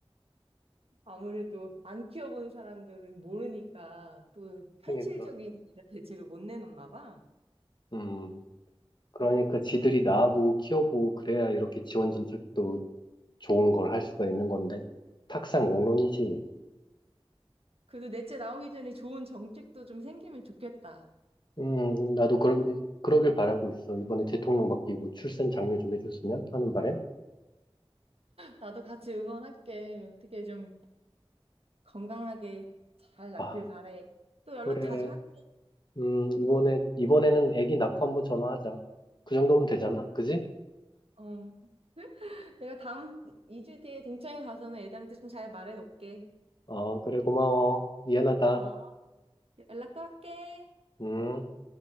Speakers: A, on the right; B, on the left.
A: 아무래도 안 키워본 사람들은 모르니까 또 현실적인
B: 그니까,
A: 이런 대책을 못 내놓나 봐.
B: 음, 그러니까 지들이 낳아보고 키워보고, 그래야 이렇게 지원 정책도 좋은 걸 할 수가 있는 건데, 탁상공론이지.
A: 그래도 넷째 나오기 전에 좋은 정책도 좀 생기면 좋겠다.
B: 음, 나도 그러, 그러길 바라고 있어. 이번에 대통령 바뀌고 출산 장려 좀 해줬으면 하는 바람.
A: 나도 같이 응원할게. 어떻게 좀 건강하게 잘 낫길
B: 아,
A: 바래. 또
B: 그래.
A: 연락 자주 할게.
B: 음, 이번에, 이번에는 애기 낳고 한번 전화하자. 그 정도면
A: 그래.
B: 되잖아. 그지?
A: 어. 내가 다음 2주 뒤에 등촌에 가서는 애들한테 좀 잘 말해 놓을게.
B: 어, 그래, 고마워. 미안하다.
A: 어, 연락 또 할게.
B: 음.